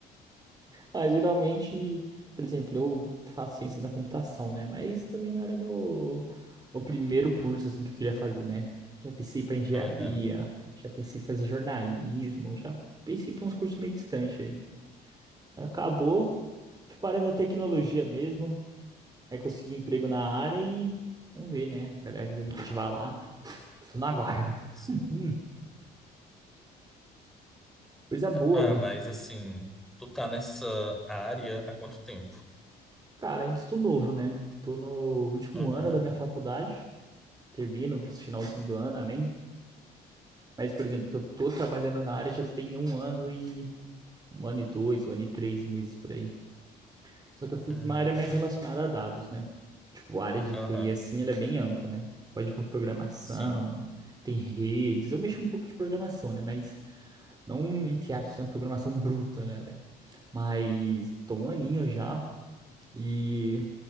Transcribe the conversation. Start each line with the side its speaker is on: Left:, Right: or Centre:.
Right: Ah, geralmente, por exemplo, eu faço ciência da computação, né? Mas isso também não era meu o primeiro curso assim que eu queria fazer, né? Já pensei para engenharia,
Centre: Aham,
Right: já pensei em fazer jornalismo, já pensei para uns cursos meio distantes aí. Acabou, fui para a área da tecnologia mesmo, aí consegui emprego na área e vamos ver, né? A galera quiser me ativar lá, tô no aguardo.
Centre: sim.
Right: <laughs> Hum, coisa boa,
Centre: Ah,
Right: velho.
Centre: mas assim, tu tá nessa área há quanto tempo?
Right: Cara, ainda estou novo, né? Tô no último
Centre: Aham,
Right: ano da minha faculdade, termino esse finalzinho do ano, amém. Mas, por exemplo, que eu tô trabalhando na área já tem um ano e um ano e dois, um ano e três meses por aí. Só que eu fui
Centre: hum,
Right: para uma área mais relacionada a dados, né? Tipo, a área de
Centre: aham,
Right: TI assim, ela é bem ampla, né? Tu pode ir para programação,
Centre: sim.
Right: tem redes. Eu mexo um pouco de programação, né? Mas não entre aspas, é uma programação bruta, né? velho? Mas tô um aninho já e